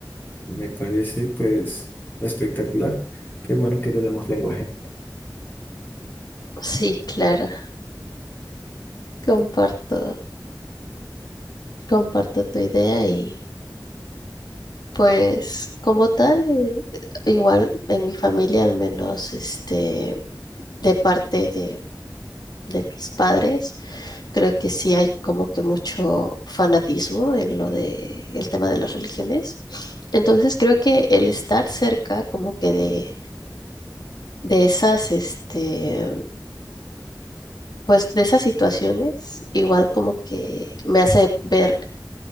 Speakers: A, on the left (about 25°); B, on the left (about 60°).
A: me parece pues espectacular. Qué bueno que tenemos lenguaje.
B: sí, claro. Comparto, comparto tu idea y Pues como tal, eh, igual en mi familia al menos, este, de parte de, de mis padres, creo que sí hay como que mucho fanatismo en lo de el tema de las religiones. Entonces creo que el estar cerca como que de, de esas, este, pues de esas situaciones, igual como que me hace ver